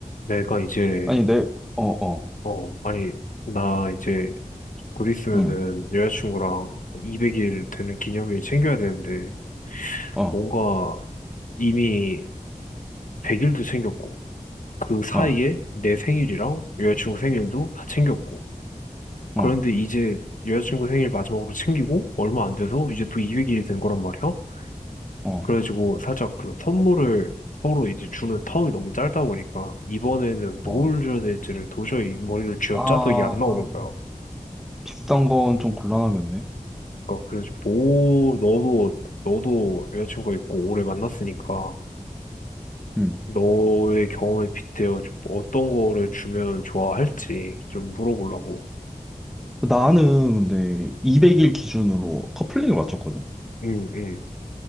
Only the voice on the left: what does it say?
내가 이제,
어, 아니, 나 이제 곧 있으면은
여자친구랑 200일 되는 기념일 챙겨야 되는데,
뭔가 이미 100일도 챙겼고, 그 사이에
내 생일이랑 여자친구 생일도 다 챙겼고,
그런데 이제 여자친구 생일 마지막으로 챙기고, 얼마 안 돼서 이제 또 200일이 된 거란 말이야?
그래가지고 살짝 그 선물을 서로 이제 주는 텀이 너무 짧다 보니까, 이번에는 뭘
줘야 될지를 도저히 머리를 쥐어짜도
이게 안 나오는
거야.
그러니까 그래서 뭐 너도 너도 여자친구가 있고 오래 만났으니까
너의 경험에 빗대어 좀 어떤 거를 주면 좋아할지 좀 물어보려고.
응, 응,